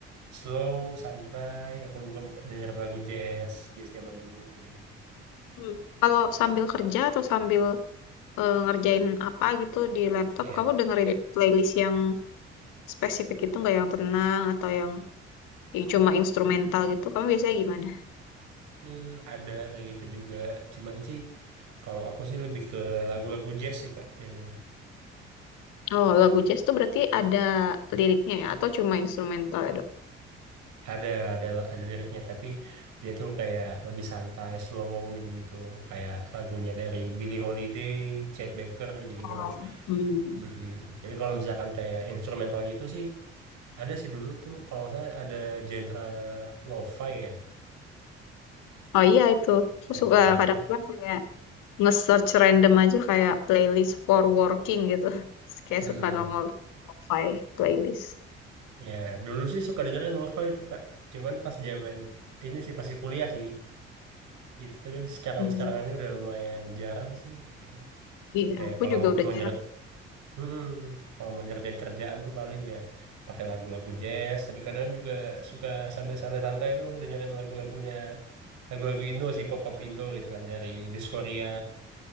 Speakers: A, on the right (about 60°); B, on the left (about 70°).
A: slow santai aku buka-buka dengerin lagu jazz jazz zaman dulu gitu gitu
B: Hmm. Kalau sambil kerja atau sambil eh, ngerjain apa gitu di laptop,
A: ya
B: kamu dengerin playlist yang spesifik itu nggak yang tenang atau yang, yang cuma instrumental gitu? Kamu biasanya gimana?
A: Hmm, ada kayak gitu juga. Cuman sih kalau aku sih lebih ke lagu-lagu jazz sih Kak biasanya.
B: Oh, lagu jazz tuh berarti ada liriknya ya atau cuma instrumental ya, Dok?
A: Ada ada ada liriknya tapi dia tuh kayak lebih santai, slow gitu-gitu. Kayak lagunya dari Billie Holiday, Chet Baker gitu-gitu
B: Oh,
A: lah.
B: hmm.
A: Mm-mm. Tapi kalau misalkan kayak instrumental gitu sih ada sih dulu tuh kalau saya ada genre lo-fi ya,
B: Oh iya itu, aku
A: lo-fi.
B: suka kadang-kadang kayak nge-search random aja kayak playlist for working gitu. <laughs> Terus Kayak
A: Mm.
B: suka nongol Spotify playlist.
A: Ya, dulu sih suka dengerin lo-fi itu, Kak. Cuman pas zaman ini sih pasti kuliah sih gitu. Tapi sekarang-sekarang
B: Hmm.
A: ini udah lumayan jarang sih gitu kan.
B: Iya,
A: Kayak
B: aku
A: kalau
B: juga udah
A: mau
B: jarang.
A: nyeret Mm-mm. kalau mau nyerjain kerjaan tuh paling ya pakai lagu-lagu jazz, tapi kadang juga suka sambil santai-santai tuh dengerin lagu-lagunya lagu-lagu Indo sih, pop-pop Indo gitu kan dari Diskoria.